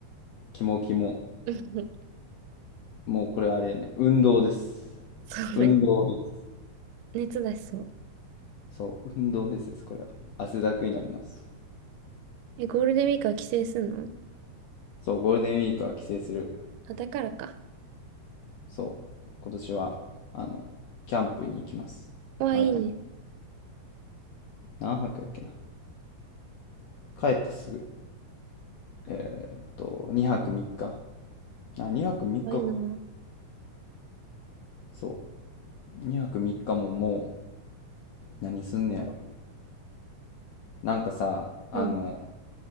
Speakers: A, on the left; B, on the right.
A: キモキモ、
B: <laughs>
A: もうこれはあれやね、運動です。
B: そうね。
A: 運動フェス。
B: 熱出しそう。
A: そう、運動フェスです、これは。汗だくになります。
B: え、ゴールデンウィークは帰省すんの
A: そう、ゴールデンウィークは帰省する。
B: あ、だからか。
A: そう、今年は、あの、キャンプに行きます。
B: わあ、
A: 毎年。
B: いいね。
A: 何泊やっけな。帰ってすぐ。えーっと、2泊3日。あ、2泊3日かか。
B: わあ、いいな。
A: そう。2泊3日ももう何すんねやろなんかさあの
B: うん。